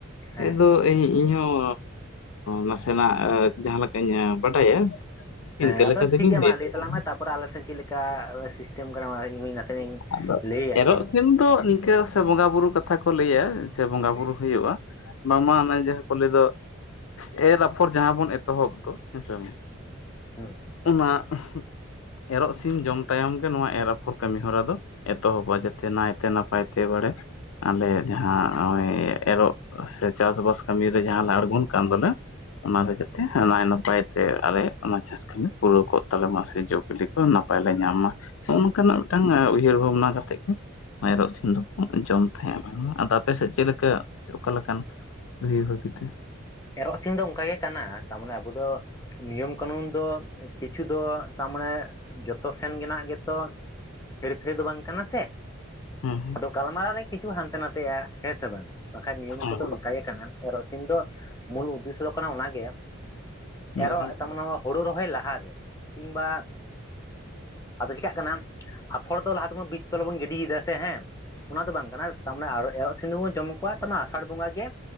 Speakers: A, on the left; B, on the left.
A: ᱦᱮᱸ
B: ᱮ ᱫᱚᱼᱼ ᱤᱧᱦᱚᱸ ᱱᱟᱥᱮᱱᱟᱜ ᱡᱟᱦᱟᱸ ᱞᱮᱠᱟᱧ ᱵᱟᱰᱟᱭᱟ᱾
A: ᱦᱮᱸ
B: ᱤᱱᱠᱟᱹ
A: ᱟᱫᱚ
B: ᱞᱮᱠᱟ ᱛᱮᱜᱮᱧ
A: ᱴᱷᱤᱠ ᱜᱮᱭᱟ ᱢᱟ ᱞᱟᱹᱭ
B: ᱛᱟᱞᱟᱝᱟ
A: ᱛᱟᱞᱟᱝ ᱢᱮ ᱛᱟᱯᱚᱨᱮ ᱟᱞᱮᱥᱮᱱ ᱪᱮᱫ ᱞᱮᱠᱟ ᱥᱤᱥᱴᱮᱢ ᱠᱟᱱᱟ ᱤᱧ ᱦᱚᱧ ᱱᱟᱛᱱᱟᱤᱧ᱾
B: ᱟᱫᱚ
A: ᱞᱟᱹᱭᱭᱟ᱾
B: ᱮᱨᱚᱜ ᱥᱤᱢ ᱫᱚ ᱱᱤᱝᱠᱟᱹ ᱥᱮ ᱵᱚᱸᱜᱟ ᱵᱩᱨᱩ ᱠᱟᱛᱷᱟ ᱠᱚ ᱞᱟᱹᱭᱟ ᱥᱮ ᱵᱚᱸᱜᱟ ᱵᱩᱨᱩ ᱦᱩᱭᱩᱜᱼᱟ ᱵᱟᱝᱢᱟ ᱚᱱᱚᱭ ᱡᱟᱦᱟᱸ ᱠᱚ ᱞᱟᱹᱭ ᱫᱚᱼᱼ ᱮᱨ ᱟᱯᱷᱚᱨ ᱡᱟᱦᱟᱸ ᱵᱚᱱ ᱮᱛᱚᱦᱚᱵ ᱫᱚ ᱦᱮᱸᱥᱮ ᱵᱟᱝ?
A: ᱦᱮᱸ
B: ᱚᱱᱟ <unintelligible> ᱮᱨᱚᱜ ᱥᱤᱢ ᱡᱚᱢ ᱛᱟᱭᱚᱢ ᱜᱮ ᱱᱚᱣᱟ ᱮᱨ ᱟᱯᱷᱚᱨ ᱠᱟᱹᱢᱤ ᱦᱚᱨᱟ ᱫᱚ ᱮᱛᱚᱦᱚᱵᱟ ᱡᱟᱛᱮ ᱱᱟᱭᱛᱮ ᱱᱟᱯᱟᱭ ᱛᱮᱼᱼ ᱛᱮ ᱵᱟᱲᱮ ᱟᱞᱮ ᱡᱟᱦᱟᱸ ᱱᱚᱜᱚᱭ ᱮᱨᱚᱜ ᱥᱮ ᱪᱟᱥᱵᱟᱥ ᱠᱟᱹᱢᱤᱨᱮ ᱡᱟᱦᱟᱸ ᱞᱮ ᱟᱬᱜᱚᱱ ᱠᱟᱱ ᱫᱚᱞᱮᱼᱼ ᱚᱱᱟ ᱨᱮ ᱡᱟᱛᱮ ᱱᱟᱭ ᱱᱟᱯᱟᱭ ᱛᱮ ᱟᱞᱮ ᱚᱱᱟ ᱪᱟᱥ ᱠᱟᱹᱢᱤᱮ ᱯᱩᱨᱟᱹᱣ ᱠᱚᱜ ᱛᱟᱞᱮ ᱢᱟ ᱥᱮ ᱡᱳᱜᱼᱼ ᱞᱤ ᱠᱚ ᱱᱟᱯᱟᱭ ᱞᱮ ᱧᱟᱢ ᱢᱟ ᱱᱚᱜᱼ ᱱᱚᱝᱠᱟᱱᱟᱜ ᱢᱤᱫᱴᱟᱝ ᱩᱭᱦᱟᱹᱨ ᱵᱷᱟᱵᱽᱱᱟ ᱠᱟᱛᱮ ᱜᱮ ᱮᱨᱚᱜ ᱥᱤᱢ ᱫᱚᱼᱼ ᱡᱚᱢ ᱛᱟᱦᱮᱸᱼᱟ ᱟᱫᱚ ᱟᱯ ᱥᱮᱫ ᱪᱮᱫ ᱞᱮᱠᱟ ᱚᱠᱟ ᱞᱮᱠᱟᱱ ᱵᱷ ᱦᱟᱹᱵᱤᱛᱮ?
A: ᱮᱨᱚᱜ ᱥᱤᱧ ᱫᱚ ᱚᱱᱠᱟᱟᱜ ᱜᱮ ᱠᱟᱱᱟ ᱛᱟᱨᱢᱟᱱᱮ ᱟᱵᱚ ᱫᱚᱼᱼ ᱱᱤᱭᱚᱢ ᱠᱟᱹᱱᱩᱱ ᱫᱚ ᱠᱤᱪᱷᱩ ᱫᱚ ᱛᱟᱨᱢᱟᱱᱮ ᱡᱚᱛᱚ ᱥᱮᱱ ᱜᱮ ᱨᱮᱱᱟᱜ ᱜᱮᱛᱚ ᱦᱮᱨ ᱯᱷᱮᱨ ᱫᱚ ᱵᱟᱝ ᱠᱟᱱᱟ ᱥᱮᱼᱼ
B: ᱦᱮᱸ ᱦᱮᱸ
A: ᱟᱫᱚ ᱜᱟᱞᱢᱟᱨᱟᱣ ᱨᱮ ᱠᱤᱪᱷᱩ ᱦᱟᱱᱛᱮ ᱱᱟᱛᱮᱜ-ᱟ ᱦᱮᱸ ᱥᱮ ᱵᱟᱝ ᱵᱟᱝᱠᱷᱟᱱ ᱱᱤᱭᱚᱢ
B: ᱦᱮᱸ
A: ᱠᱚᱫᱚ ᱱᱚᱝᱠᱟ ᱚᱱᱠᱟ ᱜᱮ ᱠᱟᱱᱟ ᱮᱨᱚᱜ ᱥᱤᱢ ᱫᱚ ᱢᱩᱞᱩᱜ ᱫᱤᱥᱟᱜ ᱠᱟᱱᱟ ᱚᱱᱟᱜᱮ
B: ᱦᱮᱸ
A: ᱮᱨᱚᱜ ᱛᱟᱢᱚᱱ ᱦᱳᱲᱳ ᱨᱚᱦᱚᱭ ᱞᱟᱦᱟ ᱠᱤᱝᱵᱟ ᱟᱫᱚ ᱪᱮᱠᱟᱜ ᱠᱟᱱᱟ ᱟᱯᱷᱚᱲ ᱫᱚ ᱞᱟᱦᱟᱼᱼ ᱵᱤᱡ ᱛᱚᱞ ᱵᱚᱱ ᱜᱤᱰᱤ ᱭᱮᱫᱟ ᱥᱮ ᱦᱮᱸ ᱚᱱᱟ ᱫᱚ ᱵᱟᱝ ᱠᱟᱱᱟ ᱛᱟᱨᱢᱟᱱᱮ ᱮᱨᱚᱜ ᱥᱤᱼᱼ ᱥᱤᱢ ᱫᱚᱵᱚᱱ ᱡᱚᱢ ᱠᱚᱣᱟ ᱛᱟᱨᱢᱟᱱᱮ ᱟᱥᱟᱲ ᱵᱚᱸᱜᱟ ᱜᱮ